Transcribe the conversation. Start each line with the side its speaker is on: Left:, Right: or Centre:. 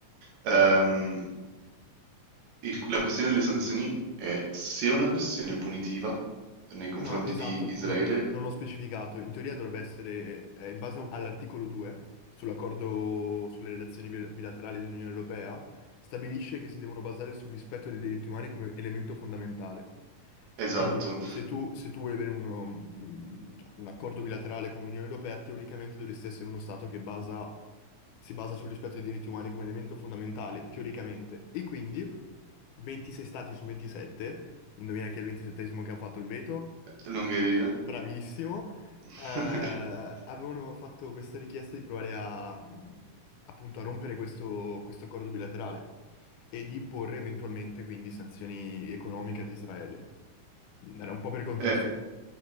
Right: ehm, il- la questione delle sanzioni è se è una questione punitiva nei confronti
Left: No, esatto,
Right: di Israele,
Left: non, non ho specificato. In teoria dovrebbe essere, eh, in base all'articolo 2 sull'accordo sulle relazioni bil- bilaterali dell'Unione Europea, stabilisce che si devono basare sul rispetto dei diritti umani come elemento fondamentale.
Right: esatto,
Left: Quindi se tu, se tu vuoi avere uno- un, un accordo bilaterale con l'Unione Europea, teoricamente dovresti essere uno Stato che basa- si basa sul rispetto dei diritti umani come elemento fondamentale, teoricamente. E quindi 26 Stati su 27, indovina chi è il 27esimo che ha fatto il veto?
Right: l'Ungheria.
Left: Bravissimo.
Right: <laughs>
Left: Eh, avevano fatto questa richiesta di provare a, mh, appunto, a rompere questo, questo accordo bilaterale e di imporre eventualmente quindi sanzioni economiche ad Israele. Era un po' per contesto.
Right: Eh,